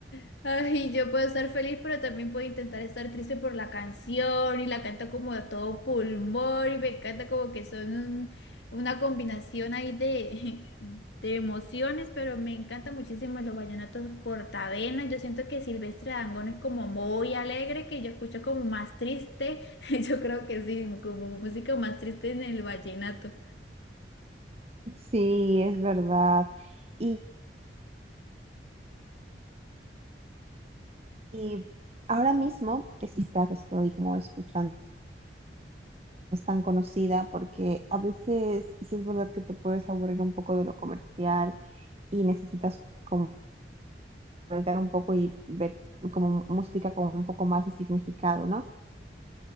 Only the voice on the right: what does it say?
Sí, es verdad. Y, y ahora mismo, es- quizás estoy como escuchando, no es tan conocida porque a veces sí es verdad que te puedes aburrir un poco de lo comercial y necesitas como voltear un poco y ver como música con un poco más de significado, ¿no?